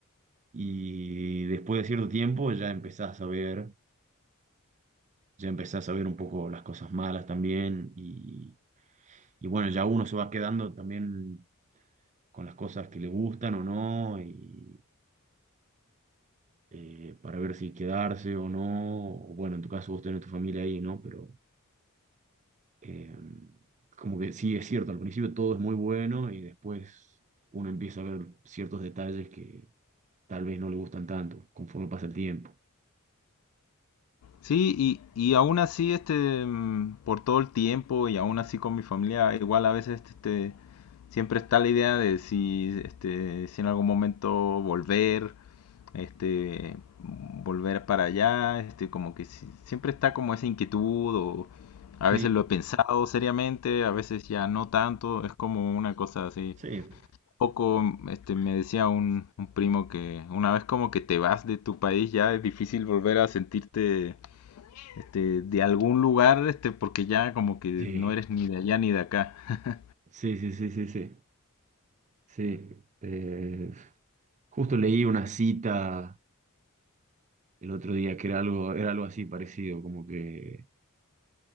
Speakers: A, on the right; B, on the left.
A: Y después de cierto tiempo ya empezás a ver. ya empezás a ver un poco las cosas malas también y, y bueno, ya uno se va quedando también con las cosas que le gustan o no y eh, para ver si quedarse o no, o bueno, en tu caso vos tenés tu familia ahí, ¿no? Pero eh, como que sí es cierto, al principio todo es muy bueno y después uno empieza a ver ciertos detalles que tal vez no le gustan tanto conforme pasa el tiempo.
B: Sí, y, y aún así, este, mm, por todo el tiempo y aún así con mi familia, igual a veces, este, siempre está la idea de si, este, si en algún momento volver, este, volver para allá, este, como que si- siempre está como esa inquietud o a
A: Sí,
B: veces lo he pensado seriamente, a veces ya no tanto, es como una cosa así.
A: sí.
B: Poco, mm, este, me decía un, un primo que una vez como que te vas de tu país ya es difícil volver a sentirte este, de algún lugar, este, porque ya como que
A: Sí,
B: no eres ni de allá ni de acá. <laughs>
A: sí, sí, sí, sí, sí. Sí, eh, justo leí una cita el otro día que era algo, era algo así parecido, como que